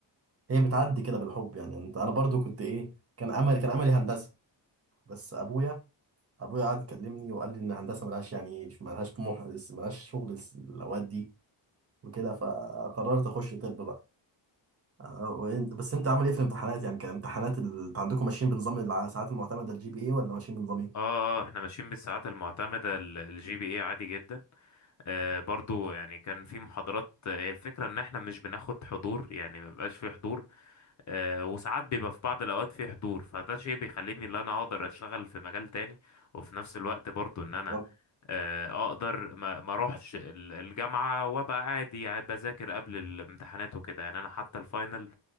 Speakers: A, on the right; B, on the left.
A: هي بتعدي كده بالحب يعني أنت أنا برضو كنت إيه كان أمل كان أملي هندسة بس ابويا ابويا قعد يكلمني وقال لي ان الهندسه ملهاش يعني ملهاش طموح لس- ملهاش شغل لس- الاوقات دي وكده فقررت اخش طب بقى آه، وإن- بس انت عامل ايه في الامتحانات يعني كان امتحانات ال- انت عندكم ماشيين بنظام الساعات المعتمده الجي بي اي ولا ماشيين بنظام ايه
B: اه اه احنا ماشيين بالساعات المعتمدة الجي بي اي عادي جدا آه، برضو يعني كان في محاضرات آه، هي الفكرة ان احنا مش بناخد حضور يعني ما بيبقاش في حضور آه، وساعات بيبقى في بعض الاوقات في حضور فده شيء بيخليني ان انا اقدر اشتغل في مجال تاني وفي نفس الوقت برضو ان
A: بالظبط
B: انا آه، اقدر ما ما اروحش ال- الجامعة وابقى عادي يعني بذاكر قبل الامتحانات وكده يعني انا حتى الفاينل